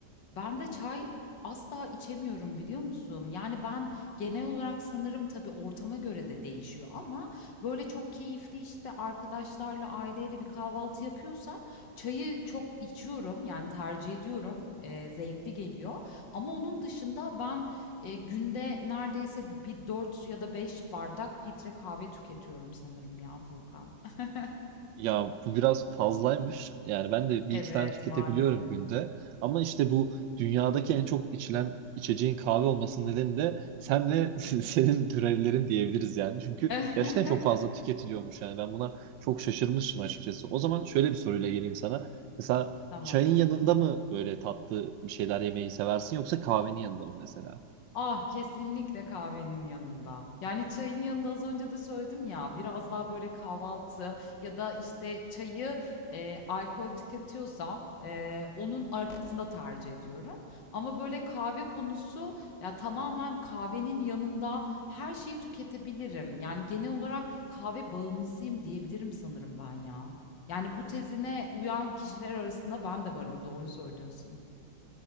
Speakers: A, on the left; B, on the right.
A: ben de çay asla içemiyorum biliyor musun? Yani ben genel olarak sanırım tabii ortama göre de değişiyor ama böyle çok keyifli işte arkadaşlarla aileyle bir kahvaltı yapıyorsam çayı çok içiyorum yani tercih ediyorum. Eee, zevkli geliyor. Ama onun dışında ben e, günde neredeyse bir 4 ya da 5 bardak filtre kahve tüketiyorum sanırım ya Furkan. <laughs>
B: Ya bu biraz fazlaymış. Yani ben de bir
A: Evet
B: iki tane tüketebiliyorum
A: maalesef.
B: günde. Ama işte bu dünyadaki en çok içilen içeceğin kahve olmasının nedeni de sen ve <laughs> senin türevlerin diyebiliriz yani. Çünkü
A: <laughs>
B: gerçekten çok fazla tüketiliyormuş yani. Ben buna çok şaşırmıştım açıkçası. O zaman şöyle bir soruyla geleyim sana. Mesela
A: Tamam.
B: çayın yanında mı böyle tatlı bir şeyler yemeyi seversin yoksa kahvenin yanında mı mesela?
A: Ah, kesinlikle kahvenin yanında. Yani çayın yanında az önce de söyledim ya biraz daha böyle kahvaltı ya da işte çayı e, alkol tüketiyorsam e, onun arasında tercih ediyorum. Ama böyle kahve konusu ya tamamen kahvenin yanında her şeyi tüketebilirim. Yani genel olarak kahve bağımlısıyım diyebilirim sanırım ben ya. Yani bu tezine uyan kişiler arasında ben de varım, doğru söylüyorsun.